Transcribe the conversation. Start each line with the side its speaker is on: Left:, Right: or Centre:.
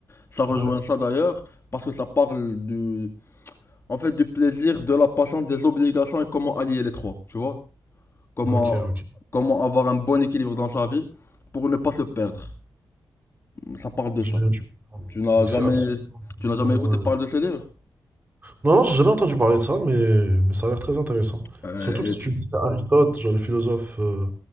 Left: ça rejoint
Right: Ouais.
Left: ça d'ailleurs parce que ça parle du en fait, du plaisir, de la passion, des obligations et comment allier les trois, tu vois? Comment,
Right: OK, OK.
Left: comment avoir un bon équilibre dans sa vie pour ne pas se perdre. Ça parle de
Right: Je-
Left: ça.
Right: je comprends.
Left: Tu n'as
Right: Donc
Left: jamais,
Right: c'est absolument
Left: tu n'as jamais
Right: ouais.
Left: écouté parler de ce livre?
Right: Non, non, j'ai jamais entendu parler de ça, mais, mais ça a l'air très intéressant.
Left: Euh,
Right: Surtout que si
Left: et tu,
Right: tu me dis que c'est Aristote, genre les philosophes euh,